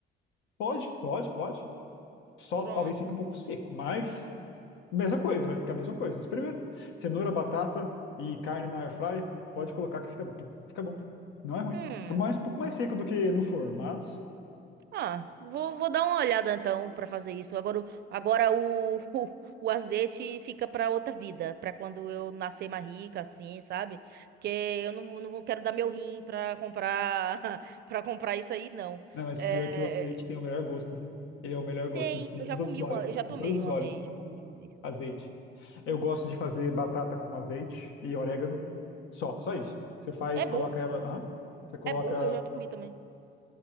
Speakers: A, on the left; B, on the right.
A: pode, pode, pode. Só
B: Pronto.
A: talvez fique um pouco seco, mas Mesma coisa, vai ficar a mesma coisa. Experimenta. Cenoura, batata e carne na air fryer, pode colocar que fica, fica bom. Não é ruim.
B: Hum.
A: Fica mais, um pouco mais seco do que no forno, mas.
B: Ah, vou, vou dar uma olhada então pra fazer isso. Agora, o- agora o, <laughs> o, o azeite fica pra outra vida, pra quando eu nascer mais rica, assim, sabe? Porque eu não, não quero dar meu rim pra comprar <laughs> para comprar isso aí, não.
A: Não, mas
B: É,
A: pior que o azeite tem o melhor gosto, viu? Ele é o melhor gosto
B: Tem,
A: de todos
B: eu já
A: os
B: comi
A: outros óleos.
B: uma, eu já tomei
A: De todos os
B: uma
A: óleos.
B: vez, já comi uma vez. escuta.
A: Azeite. Eu gosto de fazer batata com azeite e orégano. Só, só
B: Hum,
A: isso. Você faz,
B: é bom,
A: coloca ela. Aham. Você coloca.
B: é bom, eu já comi também.